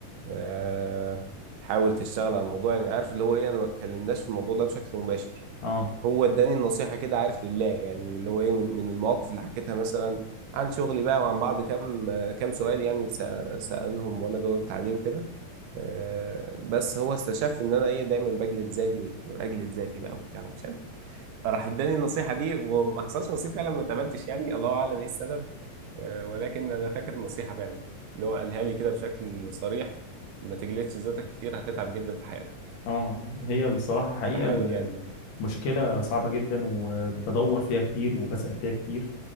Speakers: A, on the right (about 80°); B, on the left (about 75°).
A: آه، حاول تشتغل على الموضوع يعني عارف اللي هو ايه انا ما اتكلمناش في الموضوع ده بشكل مباشر
B: اه
A: هو اداني النصيحة كده عارف لله يعني اللي هو ايه من من المواقف اللي حكيتها مثلا عن شغلي بقى وعن بعض كام آه، كام سؤال يعني اتسأ- سألهم وانا جاوبت عليه وكده آه، بس هو استشف ان انا ايه دايما بجلد ذاتي واجلد ذاتي بقى وبتاع ومش عارف إيه. فراح اداني النصيحة دي وما حصلش نصيب فعلا ما اتقبلتش يعني الله اعلم ايه السبب آه، ولكن انا فاكر النصيحة فعلا اللي هو قالها لي كده بشكل صريح ما تجلدش ذاتك كتير هتتعب جدا في حياتك
B: اه هي الصراحه حقيقه
A: فحاول
B: ال-
A: يعني
B: المشكله صعبه جدا وبدور فيها كتير وبسأل فيها كتير